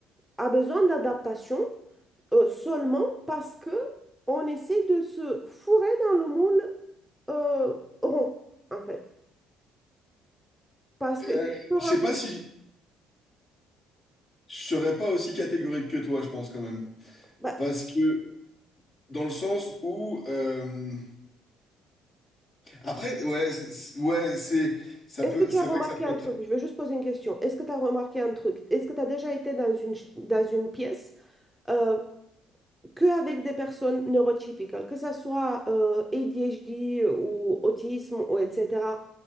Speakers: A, in the centre; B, on the left (about 55°).
A: a besoin d'adaptation euh, seulement parce que on essaie de se fourrer dans le moule euh, rond, en fait. Parce
B: euh,
A: que si tu te rends
B: je sais pas
A: compte,
B: si... Je serais pas aussi catégorique que toi, je pense quand même.
A: bah,
B: Parce que dans le sens où... euh, Après, ouais, c'est, ouais, c'est, ça
A: est-ce
B: peut,
A: que tu
B: c'est
A: as remarqué
B: vrai que ça peut
A: un
B: être.
A: truc? Je vais juste poser une question. Est-ce que tu as remarqué un truc? Est-ce que tu as déjà été dans une, ch- dans une pièce euh, qu'avec des personnes neurotypiques, que ce soit euh, ADHD ou autisme ou etc.,